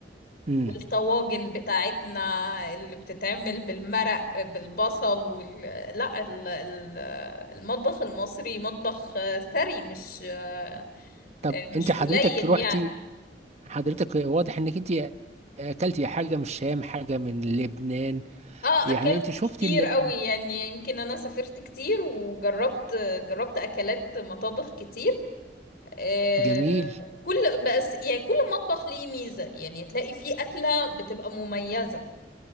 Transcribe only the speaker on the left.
والطواجن بتاعتنا اللي بتتعمل بالمرق بالبصل وال... لا ال- ال- المطبخ المصري مطبخ آه، ثري مش آه،
مش
قليل
يعني
اه
اكلت
كتير
قوي يعني يمكن انا سافرت كتير وجربت جربت اكلات مطابخ كتير آه
كل بس يعني كل مطبخ ليه ميزة يعني تلاقي فيه اكلة بتبقى مميزة